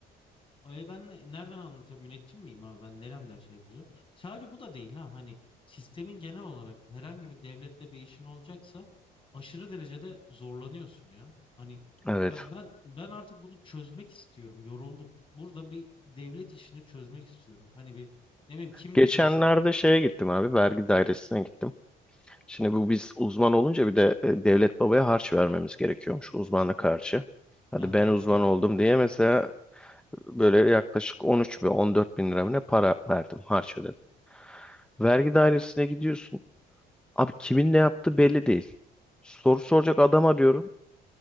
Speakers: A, on the left; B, in the centre.
A: E ben ne- nereden alınacağım? Müneccim miyim abi? Ben neremden şey yapacağım? Sadece bu da değil ha. Hani sistemin genel olarak herhangi bir devlette bir işin olacaksa aşırı derecede zorlanıyorsun ya. Hani
B: Evet.
A: ben ben, ben artık bunu çözmek istiyorum. Yoruldum. Burada bir devlet işini çözmek istiyorum. Hani bir ne bileyim kimlik
B: Geçenlerde
A: değiştireceksin.
B: şeye gittim abi. Vergi dairesine gittim. Şimdi bu biz uzman olunca bir de e, devlet babaya harç vermemiz gerekiyormuş uzmanlık harcı. Hadi
A: Heh
B: ben
A: bak
B: uzman
A: gel
B: oldum
A: olaya bak.
B: diye mesela böyle yaklaşık 13 bin 14 bin lira mı ne para verdim harç ödedim. Vergi dairesine gidiyorsun. Abi kimin ne yaptığı belli değil. Soru soracak adam arıyorum.